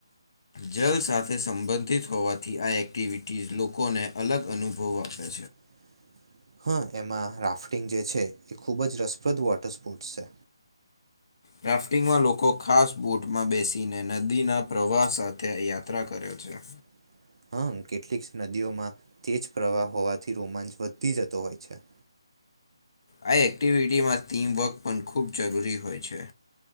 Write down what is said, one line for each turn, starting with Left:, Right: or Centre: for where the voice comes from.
Left: જલ સાથે સંબંધિત હોવાથી આ એક્ટિવિટીઝ લોકોને અલગ અનુભવો આપે
Right: <inaudible>
Left: છે.
Right: હા એમાં રાફ્ટિંગ જે છે એ ખૂબ જ રસપ્રદ વોટર સ્પોર્ટસ છે.
Left: રાફ્ટિંગમાં લોકો ખાસ બૂટમાં બેસીને નદીના પ્રવાહ સાથે યાત્રા કરે છે.
Right: <inaudible> હમ્મ કેટલીક નદીઓમાં તેજ પ્રવાહ હોવાથી રોમાંચ વધી જતો હોય છે. <inaudible>
Left: આ એક્ટિવિટીમાં ટીમવર્ક પણ ખૂબ જરૂરી હોય છે.